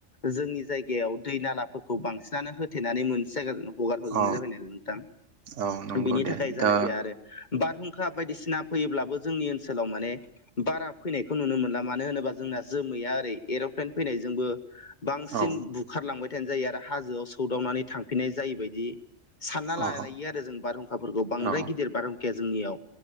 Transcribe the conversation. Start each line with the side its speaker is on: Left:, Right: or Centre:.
Left: जोंनि जायगायाव दै नालाफोरखौ बांसिनानो होथेनानै मोनसे जायगा हगार हरजोबनाय
Right: अ
Left: जाबाय नालाय नोंथां
Right: औ नंगौ
Left: बिनि
Right: दे
Left: थाखाय जानाय
Right: दा
Left: फैया आरो बारहुंखा बायदिसिना फैयोब्लाबो जोंनि ओनसोलाव माने बारा फैनायखौ नुनो मोनला मानो होनोबा जोंना जोमैया ओरै एर'प्लेन फैनायजोंबो बांसिन
Right: औ
Left: बुखारलांबाय थानाय जायो आरो हाजोआव सौदावनानै थांफिननाय जायो बायदि सानना लायो
Right: अ
Left: आरो जों बारहुंखाफोरखौ बांद्राय
Right: औ
Left: गिदिर बारहुंखाया जोंनियाव